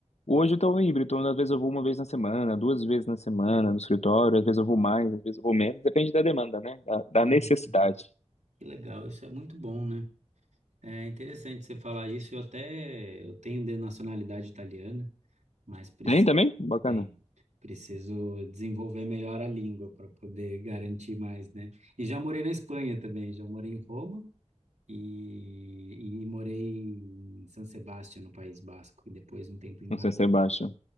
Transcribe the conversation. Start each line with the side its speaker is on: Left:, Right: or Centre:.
Left: Hoje eu estou híbrido, então às vezes eu vou uma vez na semana, duas vezes na semana no escritório, às vezes eu vou mais, às vezes eu vou menos, depende da demanda, né? Da, da
Right: Uhum.
Left: necessidade.
Right: Que legal, isso é muito bom, né? É interessante você falar isso. Eu até eu tenho de nacionalidade italiana, mas preciso,
Left: Tem também? Bacana.
Right: bem, preciso desenvolver melhor a língua para poder garantir mais, né? E já morei na Espanha também, já morei em Roma e, e morei em San Sebastián, no País Basco, e depois um tempo em
Left: Não
Right: Madrid.
Left: sei se é baixo.